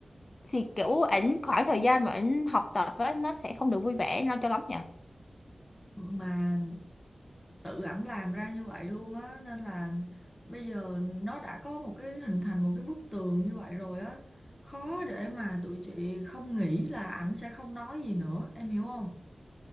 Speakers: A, on the left; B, on the left.
A: thì kiểu ảnh khoảng thời gian mà ảnh học tập á nó sẽ không được vui vẻ nó cho lắm nhỉ
B: mà tự ảnh làm ra như vậy luôn á nên là bây giờ nó đã có một cái hình thành một cái bức tường như vậy rồi á khó để mà tụi chị không nghĩ là ảnh sẽ không nói gì nữa em hiểu không